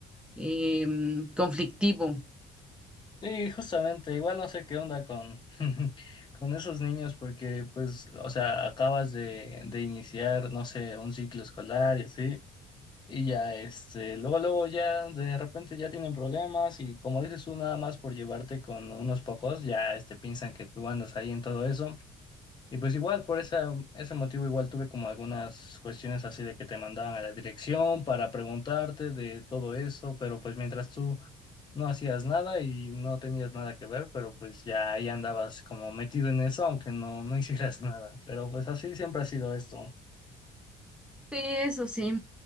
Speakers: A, in the centre; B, on the left.
A: em, conflictivo.
B: Sí, justamente, igual no sé qué onda con, <laughs> con esos niños porque pues, o sea, acabas de, de iniciar, no sé, un ciclo escolar y así, y ya, este, luego, luego ya de repente ya tienen problemas y como dices tú, nada más por llevarte con unos pocos, ya, este, piensan que tú andas ahí en todo eso, y pues igual, por esa, ese motivo igual tuve como algunas cuestiones así de que te mandaban a la dirección para preguntarte de todo eso, pero pues mientras tú no hacías nada y no tenías nada que ver, pero pues ya ahí andabas como metido en eso, aunque no, no hicieras <laughs> nada. Pero pues así siempre ha sido esto.
A: Sí, Eso sí.